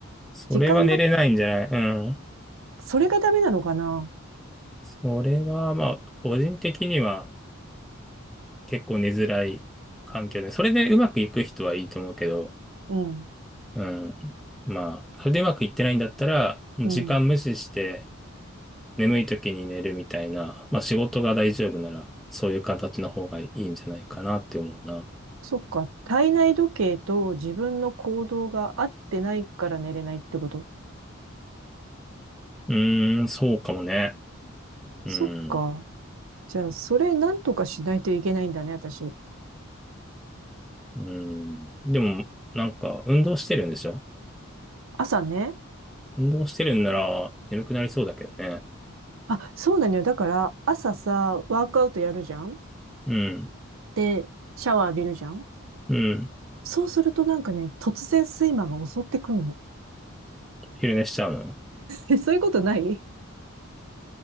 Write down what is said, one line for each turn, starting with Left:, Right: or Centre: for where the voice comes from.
Centre: それは寝れないんじゃないうん。
Right: 時間だ、それがダメなのかな
Centre: それは、まあ、個人的には、結構寝づらい環境で、それでうまくいく人はいいと思うけど、
Right: うん、
Centre: うん。まあ、それでうまくいってないんだったら、もう時間無視して
Right: うん。
Centre: 眠い時に寝るみたいな、まあ仕事が大丈夫なら、そういう形の方がいいんじゃないかなって思うな。
Right: そっか、体内時計と自分の行動が合ってないから寝れないってこと
Centre: うーん、そうかもね。うん。
Right: そっか。じゃあ、それなんとかしないといけないんだね、私。
Centre: うん。でも、なんか、運動してるんでしょ
Right: 朝ね。
Centre: 運動してるんなら、眠くなりそうだけどね。
Right: あ、そうなのよ。だから、朝さ、ワークアウトやるじゃん
Centre: うん。
Right: で、シャワー浴びるじゃん
Centre: うん。
Right: そうするとなんかね、突然睡魔が襲ってくるの。
Centre: 昼寝しちゃうの
Right: え、そういうことない